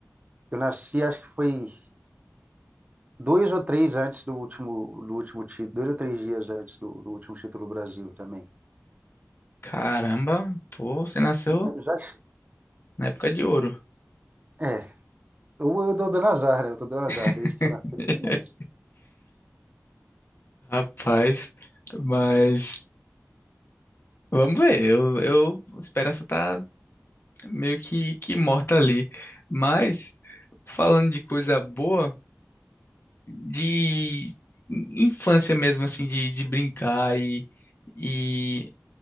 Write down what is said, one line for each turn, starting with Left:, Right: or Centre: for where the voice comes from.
Right: Eu nasci, acho que foi Dois ou três antes do último, do último título, dois ou três dias antes do, do último título do Brasil também.
Left: caramba, pô, você nasceu
Right: Mas acho-
Left: na época de ouro.
Right: é, eu, eu dou dando azar, né? Eu tô dando azar
Left: <laughs>
Right: desde que eu nasci, não tem mais.
Left: Rapaz, mas Vamos ver, eu, eu, a esperança tá meio que, que morta ali. Mas, falando de coisa boa, de infância mesmo, assim, de, de brincar e, e